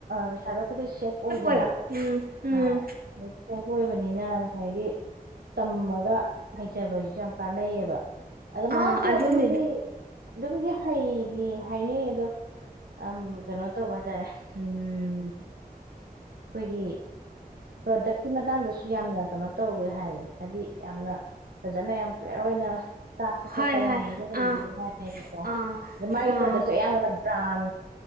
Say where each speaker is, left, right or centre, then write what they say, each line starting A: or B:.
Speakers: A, on the right; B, on the right.
A: ꯄꯩꯁꯥꯗꯣ ꯑꯩꯗꯤ ꯁꯦꯐ ꯑꯣꯏꯗꯅ
B: ꯑꯣꯏ ꯎꯝ ꯎꯝ
A: ꯑ ꯑꯗꯨ ꯁꯦꯐ ꯑꯣꯏꯕꯅꯤꯅ ꯉꯁꯥꯏꯒꯤ ꯇꯝꯃꯒ ꯍꯩꯖꯕ ꯍꯥꯏꯁꯨ ꯌꯥꯝ ꯀꯥꯟꯅꯩꯌꯦꯕ ꯑꯗꯨ
B: ꯑꯥ
A: ꯃꯥꯁꯤꯦ
B: ꯑꯗꯨꯅꯦ
A: ꯑꯗꯨ ꯃꯗꯤ ꯑꯗꯨꯝꯗꯤ ꯍꯩꯗꯤ ꯍꯥꯏꯅꯩ ꯑꯗꯣ ꯑꯝ ꯅꯣ ꯇ ꯋꯥ ꯠꯇꯔꯦ ꯎꯝ ꯑꯩꯈꯣꯏꯒꯤ ꯄ꯭ꯔꯗꯛꯀꯤ ꯃꯇꯥꯡꯗꯁꯨ ꯌꯥꯝ ꯌꯥꯝꯅ ꯀꯩꯅꯣ ꯇꯧꯋꯦ ꯍꯥꯏꯌꯦ ꯍꯥꯏꯗꯤ ꯌꯥꯝꯅ ꯐꯖꯅ ꯌꯥꯝ ꯑꯣꯏꯅ ꯇꯥꯛꯄ
B: ꯍꯥꯏ
A: ꯈꯣꯠꯄ
B: ꯍꯥꯏ
A: ꯌꯥꯝꯅꯁꯨ ꯍꯩꯕꯁꯨ
B: ꯑꯥ
A: ꯍꯥꯏꯅꯕ
B: ꯑꯥ
A: ꯑ ꯃꯥꯏ
B: ꯑꯥ
A: ꯄ꯭ꯔꯗꯁꯨ ꯑꯌꯥꯝꯕꯅ ꯕ꯭ꯔꯥꯟ